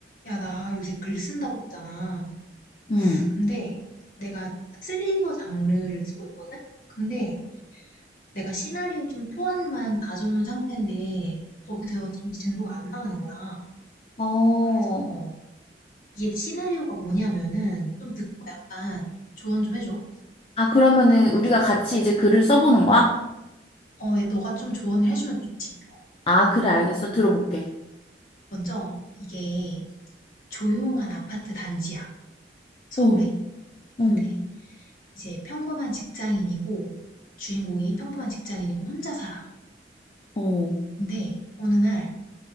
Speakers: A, on the left; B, on the left.
A: 야, 나 요새 글 쓴다고 했잖아.
B: 응.
A: 근데 내가 스릴러 장르를 쓰고 있거든? 근데 내가 시나리오 좀 초안만 봐주는 상태인데 거기서 좀 진도가 안 나가는 거야.
B: 어.
A: 그래서 이게 시나리오가 뭐냐면은 좀 듣고 약간 조언 좀 해줘.
B: 아, 그러면은 우리가 같이 이제 글을 써보는 거야?
A: 어, 얘 너가 좀 조언을 해주면 좋지. 어,
B: 아, 그래, 알겠어. 들어볼게.
A: 먼저 이게 조용한 아파트 단지야. 서울에.
B: 어, 응,
A: 근데 이제 평범한 직장인이고 주인공이 평범한 직장인이고 혼자 살아.
B: 어.
A: 근데 어느 날